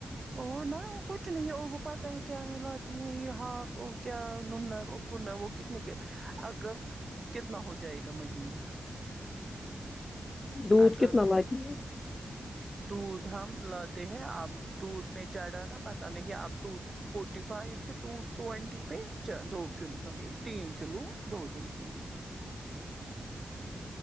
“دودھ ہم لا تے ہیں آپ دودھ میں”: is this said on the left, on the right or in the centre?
Right